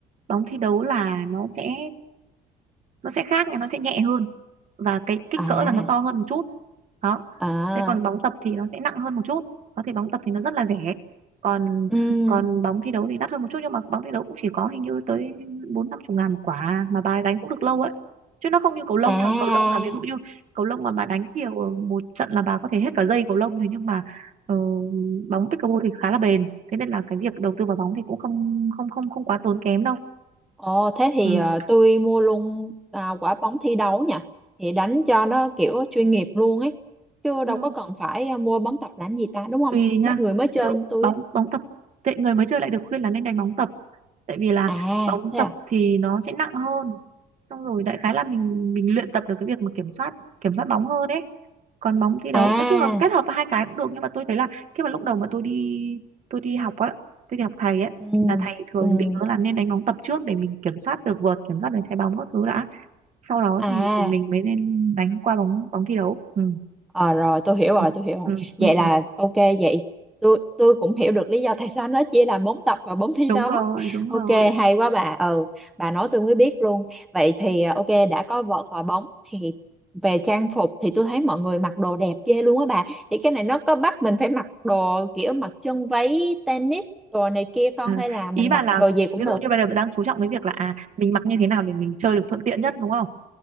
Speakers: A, on the right; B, in the centre.
A: bóng thi đấu là nó sẽ nó sẽ khác nha nó sẽ nhẹ hơn và cái kích
B: à,
A: cỡ là nó to hơn một chút đó
B: à,
A: thế còn bóng tập thì nó sẽ nặng hơn một chút có thì bóng tập thì nó rất là rẻ còn
B: ừm,
A: còn bóng thi đấu thì đắt hơn một chút nhưng mà bóng thi đấu cũng chỉ có hình như tới bốn năm chục ngàn một quả mà bà đánh cũng được lâu ấy chứ nó không như cầu lông
B: à,
A: nha cầu lông là ví dụ như cầu lông mà bà đánh nhiều một trận là bà có thể hết cả dây cầu lông thế nhưng mà ờ, bóng pickleball thì khá là bền thế nên là cái việc đầu tư vào bóng thì cũng không không không không quá tốn kém đâu
B: ồ, thế thì
A: ừ.
B: ờ, tôi mua luôn à, quả bóng thi đấu nha, thì đánh cho nó kiểu chuyên nghiệp luôn ấy, chứ
A: Ừ.
B: đâu có cần phải ờ, mua bóng tập làm gì ta, đúng không?
A: tùy nha
B: Mấy người mới chơi
A: ví dụ
B: như tôi
A: bóng
B: á.
A: bóng tập tệ người mới chơi lại được khuyên là nên đánh bóng tập tại vì là
B: À,
A: bóng
B: thế
A: tập
B: à?
A: thì nó sẽ nặng hơn xong rồi đại khái là mình mình luyện tập được cái việc mà kiểm soát kiểm soát bóng hơn ấy còn bóng thi đấu
B: À,
A: nói chung là kết hợp hai cái cũng được nhưng mà tôi thấy là khi mà lúc đầu mà tôi đi tôi đi học á tôi đi học thầy ấy
B: ừm,
A: là thầy thường
B: ừm,
A: định hướng là nên đánh bóng tập trước để mình kiểm soát được vợt kiểm soát được trái bóng các thứ đã sau đó
B: à.
A: thì mình mới nên đánh qua bóng bóng thi đấu ừ.
B: Ờ rồi tôi hiểu
A: Ừ.
B: rồi tôi hiểu rồi
A: Ừ. Ừ.
B: vậy
A: ừ.
B: là
A: Ừ.
B: ok vậy tôi tôi cũng hiểu được lý do tại sao nó chia làm bốn tập và bốn thi
A: đúng
B: đấu
A: rồi đúng rồi
B: ok hay quá bà ừ bà nói tôi mới biết luôn vậy thì ờ, ok đã có vợt và bóng thì về trang phục thì tôi thấy mọi người mặc đồ đẹp ghê luôn á bà thì cái này nó có bắt mình phải mặc đồ kiểu mặc chân váy tennis đồ này kia không
A: À,
B: hay là
A: ý
B: mình
A: bà
B: mặc
A: là
B: đồ gì cũng
A: ví dụ
B: được
A: như bây giờ bạn đang chú trọng cái việc là à mình mặc như thế nào để mình chơi được thuận tiện nhất đúng không?